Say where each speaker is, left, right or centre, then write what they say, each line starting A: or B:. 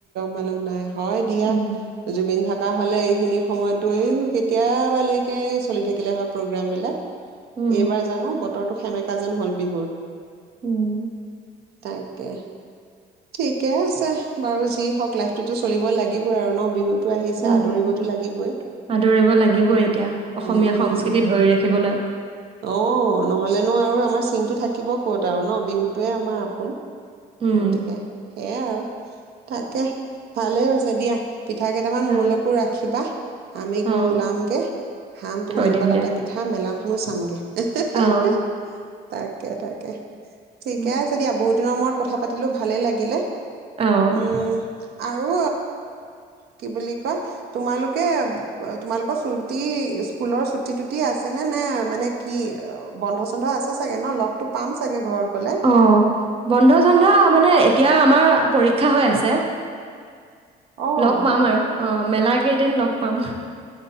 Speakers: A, on the right; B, on the right.
A: মাল নাই। হয়, দিয়া
B: উম,
A: জুবিন থাক থাকা হলে এইখিনি সময়তো এই কেতিয়াবালৈকে চলি থাকিলে হয় প্ৰগ্ৰম বিলাক।
B: উম,
A: এইবাৰ জানো উতৰটো সেমেকা যেন হল বিহুৰ।
B: উম,
A: তাকে ঠিকে আছে বাৰু যি হওঁক লাইফটোতো চলিব লাগিবই আৰু ন বিহুত। আহিছে
B: উম,
A: আদৰিবতো লাগিবই
B: আদৰিব লাগিবই এতিয়া অসমীয়া
A: উম',
B: সংস্কৃতি ধৰি ৰাখিবলৈ।
A: অহ', নহলেনো আৰু আমাৰ চিনতটো থাকিব ক'ত আৰু ন বিহুতোৱে আমাৰ আপোন
B: উম,
A: গতিকে, সেয়াই আৰু তাকেই ভালেই হৈছে দিয়া। পিঠা কেইটামান
B: অ',
A: মোৰলৈকো ৰাখিবা আমি
B: অ',
A: গৈ ওলামগে খাম তোমালোকৰ
B: থৈ দিম
A: তাতে
B: দিয়া।
A: পিঠা মেলাখনো চামগে। এহ', হে -
B: অ',
A: হে - হে তাকে- তাকে ঠিকে
B: উম,
A: আছে দিয়া বহুত দিনৰ মূৰত কথা পাতিলো। ভালে লাগিলে।
B: অহ ',
A: উম আৰু কি বুলি কয় তোমালোকে - তোমালোকৰ চুটি স্কুলৰ চুটি তুটি আছে নে - নে মানে কি বন্ধ চন্ধ আছে চাগে ন লগতটো পাম চাগে ঘৰত গলে
B: অ ', বন্ধ চন্ধ মানে এতিয়া আমাৰ পৰীক্ষা হৈ আছে।
A: অ
B: লগ পাম আৰু অ', মেলা কেইদিন লগ পাম।